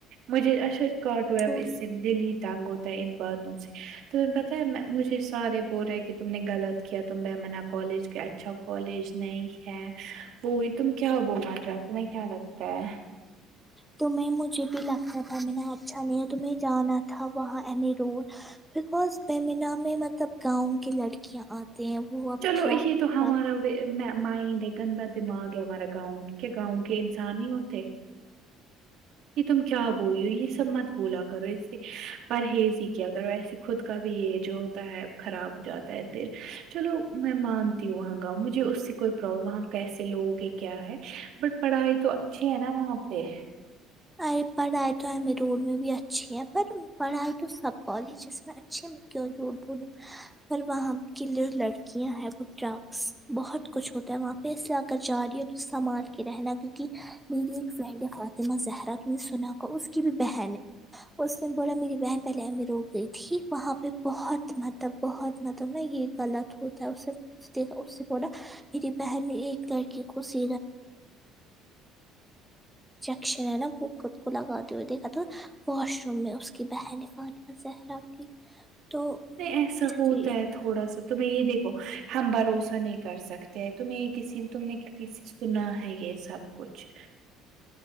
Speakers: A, on the right; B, in the centre.
A: مجھے اچھا کاٹو
B: اسکول
A: اب اس سے دل ہی تنگ ہوتا ہے ان باتوں سے تم نے بتایا میں مجھے سارے بول رہے کہ تم نے غلط کیا تم میمنا کالج کے اچھا کالج نہیں ہے وہی تم کیا بولنا چاہتے تمہیں کیا لگتا ہے
B: تو میں مجھے بھی لگتا تھا میںنے اچھا نہیں ہے تو میں جانا تھا وہاں M A road because Bemina میں مطلب گاؤں کی لڑکیاں آتے ہیں وہ اب
A: چلو
B: ٹر
A: یہ تو ہمارا مائنڈ ہے گندا دماغ ہے ہمارا گاؤں کی کیا گاؤں کے انسان نہیں ہوتے یہ تم کیا بول رہی ہو یہ سب مت بولا کرو اس سے پرہیز ہی کیا کرو ایسے خود کا بھی یہ جو ہوتا ہے خراب جاتا تا ہے دل چلو میں مانتی ہوں وہاں گاؤں مجھے اس سے کوئی پرابلم وہاں کیسے لوگ ہیں کیا ہے بٹ پڑھائی تو اچھی ہے نا وہاں پہ
B: ا پڑھائی تو ایم اے روڈ میں بھی اچھی ہے پر پڑھائی تو سب کالجز میں اچ اچھے میں کیوں جھوٹ بولوں پر وہاں کی جو لڑکیاں ہیں وہ ڈرگس بہت کچھ ہوتا ہے وہاں پہ اس طرح کر جا رہی ہے سمال کے رہنا کیونکی میری ایک فرینڈ فاطمہ زہر تم نے سنا کہ اس کی بھی بہن ہے اس نے بولا میری بہن پہلے ہمیں روک گئی تھی وہاں پہ بہت مطلب بہت مطلب نا یہ غلط ہوتا ہے اسے دیکھا اس سے بڑا میری بہن نے ایک لڑکے کو سا انجیکشن ہے نا وہ خود کو لگاتے ہوئے دیکھا تھا واش روم میں اس کی بہن ہیں فاطمہ ظہرا کی تو
A: نہیں ایسا
B: اس
A: ہوتا
B: لیے
A: ہے تھوڑا سا تمہیں یہ دیکھو ہم بھروسہ نہیں کر سکت تمہ یہ کسی نے تم نے کسی سے سنا ہے یہ سب کچھ